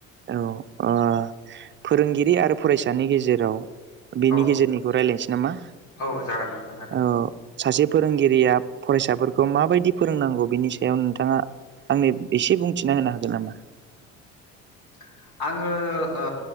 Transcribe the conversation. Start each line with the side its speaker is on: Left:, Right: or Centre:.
Right: औ ओ फोरोंगिरि आरो फरायसानि गेजेराव
Left: औ
Right: बेनि गेजेरनिखौ रायलायसै नामा
Left: औ जागोन नोंथां जागोन
Right: औ सासे फोरोंगिरिया फरायसाफोरखौ माबायदि फोरोंनांगौ बिनि सायाव नोंथाङा आंनो एसे बुंथिना होनो हागोन नामा
Left: <unintelligible> आङो ओ